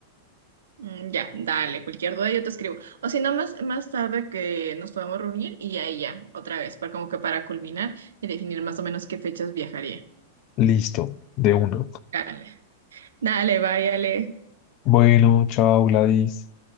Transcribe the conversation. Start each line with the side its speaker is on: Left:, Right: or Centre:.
Right: Mm, Ya, dale, cualquier duda yo te escribo. O si no, más, más tarde que nos podamos reunir y ahí ya, otra vez, para como que para culminar y definir más o menos qué fechas viajaría.
Left: Listo, de una.
Right: Dale, dale, váyale.
Left: Bueno, chao, Gladys.